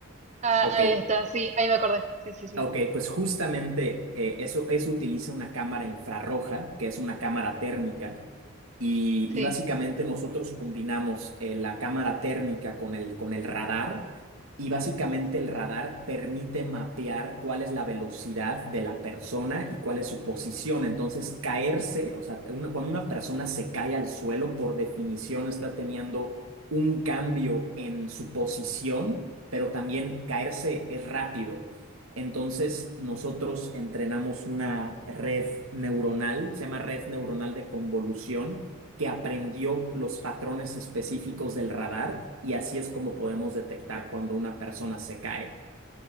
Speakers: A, on the right; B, on the right.
A: ah,
B: Ok,
A: ahí está, sí, ahí me acordé, sí, sí, sí,
B: Ok, pues justamente eh, eso, eso utiliza una cámara infrarroja, que es una cámara térmica, y, y
A: sí.
B: básicamente nosotros combinamos eh, la cámara térmica con el, con el radar, y básicamente el radar permite mapear cuál es la velocidad de la persona y cuál es su posición. Entonces, caerse, o sea, una- cuando una persona se cae al suelo, por definición está teniendo un cambio en su posición, pero también caerse es rápido. Entonces, nosotros entrenamos una red neuronal, se llama red neuronal de convolución, que aprendió los patrones específicos del radar y así es como podemos detectar cuando una persona se cae.